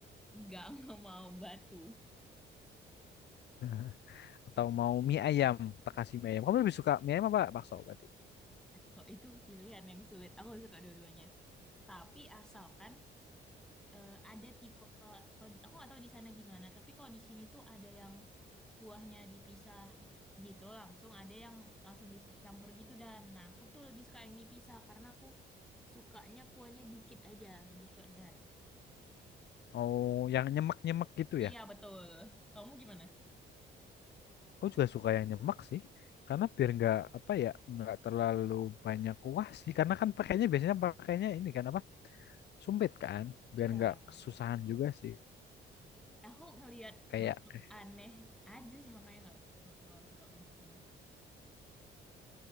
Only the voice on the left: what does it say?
<laughs> Atau mau mie ayam, tak kasih mie ayam. Kamu lebih suka mie ayam apa bakso berarti?
oh yang nyemek-nyemek gitu
ya?
Aku juga suka yang nyemek sih. Karena biar nggak apa ya, nggak terlalu banyak kuah sih. Karena kan pakainya biasanya pakainya ini kan apa? Sumpit kan.
Biar nggak kesusahan juga sih.
Kayak
eh,